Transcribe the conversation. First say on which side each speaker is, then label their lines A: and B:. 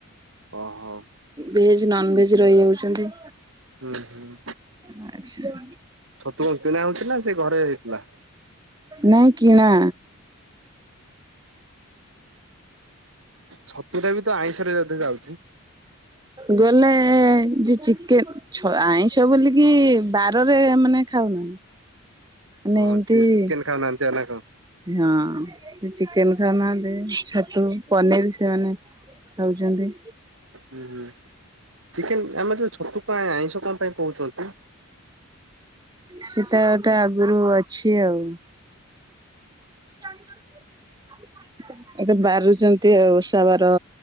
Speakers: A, on the right (about 65°); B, on the right (about 20°).
A: ଓହୋ
B: ଭେଜ ନନ ଭେଜ ରହିଯାଉଛନ୍ତି।
A: ହୁଁ ହୁଁ
B: ଆଛା।
A: ଛତୁ କଣ କିଣା ହଉଛି ନା ସେ ଘରେ ହେଇଥିଲା।
B: ନାଇଁ କିଣା।
A: ଛତୁଟା ବି ତ ଆଇଁଷ ରେ ଜୋଧେ ଯାଉଛି।
B: ଗଲେ ଯେ ଚିକେନ ଛ ଆଇଁଷ ବୋଲିକି ବାରରେ ମାନେ ଖାଉନା। ନେ
A: ଓହୋ
B: ଏମିତି
A: ଯିଏ
B: ହିଁ
A: ଚିକେନ ଖାଉନାହାନ୍ତି ଆଉ ନା କଣ?
B: ସେ ଚିକେନ ଖାଉନାହାନ୍ତି, ଛତୁ ପନିର ସେମାନେ ଖାଉଚନ୍ତି।
A: ହୁଁ ହୁଁ ଚିକେନ ଆମେ ତ ଛତୁ ପା ଆଇଁଷ କପାଇଁ କହୁଚନ୍ତି।
B: ସେଟା ଟା ଆଗରୁ ଅଛି ଆଉ, <inaudible> ଏବେ ବାରୁଚନ୍ତି, ଆଉ ଓଷାବାର